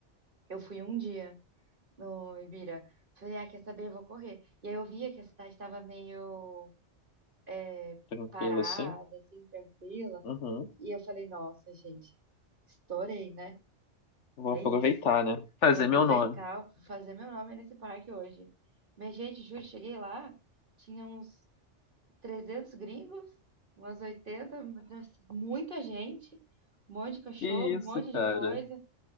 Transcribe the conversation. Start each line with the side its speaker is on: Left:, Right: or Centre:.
Right: eu fui um dia no Ibira. Falei, ah, quer saber? Eu vou correr. E aí eu via que a cidade estava meio é,
Left: Tranquilo,
Right: parada,
Left: assim.
Right: assim, tranquila.
Left: Uhum.
Right: E eu falei, nossa, gente, estourei, né?
Left: Vou
Right: É
Left: aproveitar,
Right: isso.
Left: né? Fazer
Right: Vou aproveitar,
Left: meu nome.
Right: vou fazer meu nome nesse parque hoje. Minha gente, juro, cheguei lá, tinha uns 300 gringos, umas 80, nossa, muita gente, um monte de cachorro,
Left: Que isso,
Right: um monte
Left: cara.
Right: de coisa.